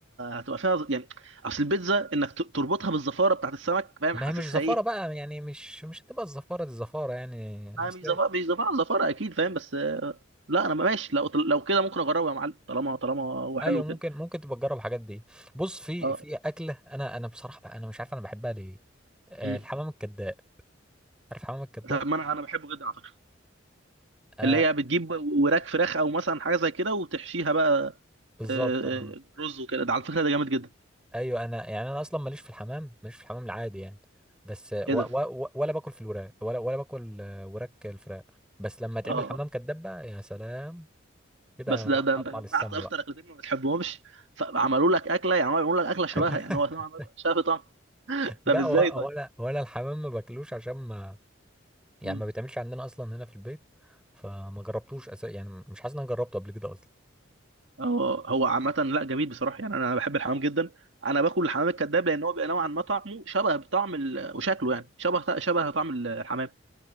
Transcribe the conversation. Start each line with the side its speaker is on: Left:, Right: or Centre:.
Right: هتبقى فيها ز- يعني اصل البيتزا انك ت- تربطها بالزفاره بتاعت السمك فاهم
Centre: ما
Right: حاسسها
Centre: هي مش زفاره
Right: ايه
Centre: بقى يعني مش مش هتبقى الزفاره دي زفاره يعني
Right: انا
Centre: اصل
Right: مش زفارة مش زفارة زفارة اكيد فاهم بس آه، لا انا ماشي لو لو كده ممكن اجربه يا معلم طالما طالما هو حلو
Centre: ايوه ممكن
Right: كده
Centre: ممكن تبقى تجرب الحاجات دي بص في
Right: اه
Centre: في اكله انا انا بصراحه بقى انا مش عارف انا بحبها ليه آه،
Right: مم.
Centre: الحمام الكذاب عارف الحمام الكذاب
Right: طب ما انا انا بحبه جدا على فكره
Centre: آه
Right: اللي هي بتجيب وراك فراخ او مثلا حاجه زي كده وتحشيها بقى
Centre: بالظبط
Right: آه،
Centre: اه
Right: آه، رز وكده ده على فكره ده جامد جدا
Centre: ايوه انا يعني انا اصلا ماليش في الحمام ماليش في الحمام العادي يعني بس آه،
Right: ايه
Centre: و
Right: ده
Centre: و و ولا باكل في الوراك ولا ولا باكل آه، وراك الفراخ بس لما تعمل
Right: اه
Centre: حمام كذاب بقى يا سلام كده
Right: بس ده ده
Centre: اطلع
Right: انت جمعت
Centre: للسما
Right: اكتر
Centre: بقى
Right: اكلتين ما بتحبهمش فعملوا لك اكله يعني هو عملوا لك اكله شبهها
Centre: <laughs>
Right: يعني هو نوعاً ما بيبقى شبه طعم
Centre: لا
Right: طب ازاي
Centre: و-
Right: طيب؟
Centre: ولا ولا الحمام ما باكلوش عشان ما يعني
Right: مم.
Centre: ما بيتعملش عندنا اصلا هنا في البيت فما جربتوش أس... يعني مش حاسس ان انا جربته قبل كده اصلا
Right: هو هو عامة لا جميل بصراحة يعني أنا بحب الحمام جدا أنا باكل الحمام الكذاب لأن هو بيبقى نوعا ما طعمه شبه بطعم ال... وشكله يعني شبه شبه طعم الحمام